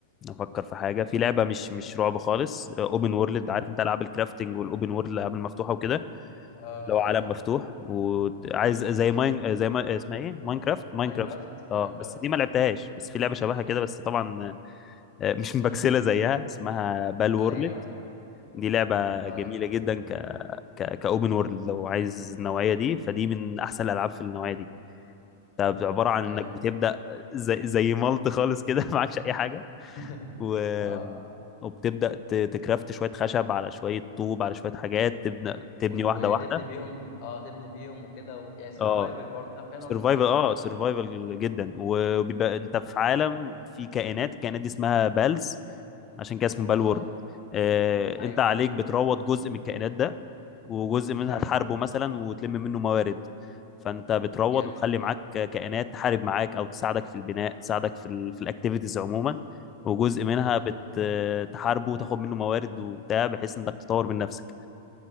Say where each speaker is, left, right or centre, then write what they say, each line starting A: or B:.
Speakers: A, on the left; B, on the left.
A: افكر في حاجه في لعبه مش مش رعب خالص اوبن وورلد عارف انت العاب الكرافتنج والاوبن وورلد الالعاب المفتوحه وكده
B: آه...
A: لو عالم مفتوح وعايز زي ماين آه، زي ما آه، اسمها ايه ماينكرافت ماينكرافت
B: ماينكرافت
A: اه
B: ماينكرافت
A: بس دي
B: اه
A: ما لعبتهاش بس في لعبه شبهها كده بس طبعا آه، مش مبكسله
B: م-
A: زيها
B: م.
A: اسمها بال وورلد
B: ايوه ايوه
A: دي لعبه
B: اه
A: جميله جدا ك ك كاوبن وورلد لو عايز النوعيه دي فدي من احسن الالعاب في النوعيه دي طب عباره عن
B: ايوه
A: انك بتبدا زي زي مالت خالص كده <laughs> معكش اي حاجه
B: <laughs>
A: و
B: اه
A: وبتبدا ت- تكرافت شويه خشب على شويه طوب على شويه حاجات تبني تبني
B: و-
A: واحده
B: وتبني
A: واحده
B: بيهم اه تبني بيهم وكده و... يعني سرفايفل
A: اه
B: برضه نوع كان
A: سرفايفل
B: نوع من انواع السرفايفل
A: اه سرفايفل
B: صح؟
A: جدا وبيبقى انت في
B: مم.
A: عالم في كائنات الكائنات دي اسمها بالز عشان كده اسمه بالورد
B: اه
A: آه
B: ايوه
A: انت عليك بتروض جزء من الكائنات ده وجزء منها
B: حلو
A: تحاربه مثلا وتلم منه موارد فانت بتروض
B: جامد
A: وتخلي معاك كائنات تحارب معاك او تساعدك في البناء تساعدك في ال في الاكتيفيتيز عموما وجزء منها
B: امم
A: بتحاربه وتاخد منه موارد وبتاع بحيث انك تطور من نفسك